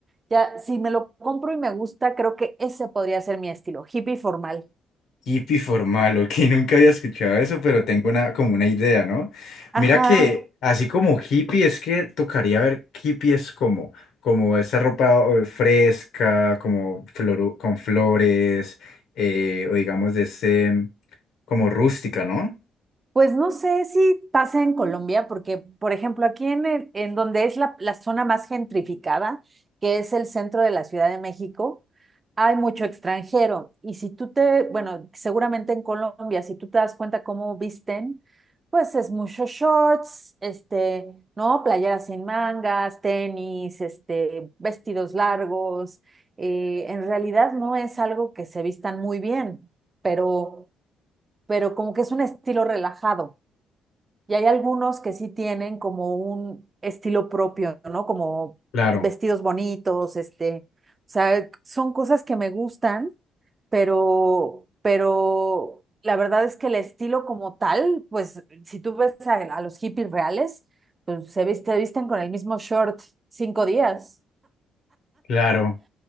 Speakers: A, on the right (about 30°); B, on the left (about 75°).
A: Ya, si me lo compro y me gusta, creo que ese podría ser mi estilo, hippie formal.
B: Hippie formal, ok, <laughs> nunca había escuchado eso, pero tengo una, como una idea, ¿no?
A: Ajá.
B: Mira que así como hippie, es que tocaría ver qué hippie es como, como esa ropa eh, fresca, como floru- con flores, eh, o digamos de ese, como rústica, ¿no?
A: Pues no sé si pasa en Colombia, porque, por ejemplo, aquí en, el- en donde es la, la zona más gentrificada, que es el centro de la Ciudad de México, hay mucho extranjero. Y si tú te, bueno, seguramente en Colombia, si tú te das cuenta cómo visten, pues es mucho shorts, este, ¿no? Playeras sin mangas, tenis, este, vestidos largos. Eh, en realidad no es algo que se vistan muy bien, pero, pero como que es un estilo relajado. Y hay algunos que sí tienen como un estilo propio, ¿no? Como
B: Claro,
A: vestidos bonitos, este, o sea, son cosas que me gustan, pero, pero la verdad es que el estilo como tal, pues si tú ves a, a los hippies reales, pues se viste, visten con el mismo short cinco días.
B: claro.